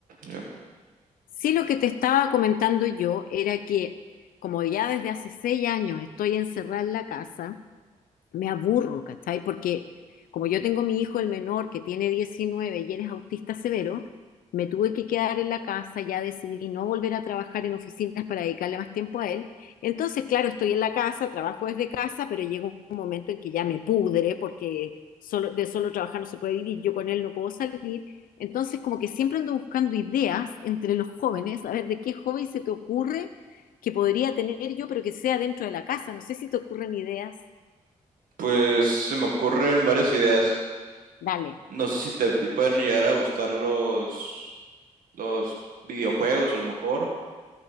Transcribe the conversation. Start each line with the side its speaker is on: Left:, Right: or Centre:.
Right: Ya.
Left: Sí, lo que te estaba comentando yo era que como ya desde hace seis años estoy encerrada en la casa, me aburro, ¿cachai? Porque como yo tengo mi hijo, el menor, que tiene 19 y él es autista severo, me tuve que quedar en la casa, ya decidí no volver a trabajar en oficinas para dedicarle más tiempo a él. Entonces, claro, estoy en la casa, trabajo desde casa, pero llega un momento en que ya me pudre porque solo, de solo trabajar no se puede vivir, yo con él no puedo salir. Entonces, como que siempre ando buscando ideas entre los jóvenes, a ver de qué joven se te ocurre que podría tener yo, pero que sea dentro de la casa. No sé si te ocurren ideas.
Right: Pues se me ocurren varias ideas.
Left: Dale.
Right: No sé si te pueden llegar a gustar los, los videojuegos,
Left: Ok.
Right: a lo mejor.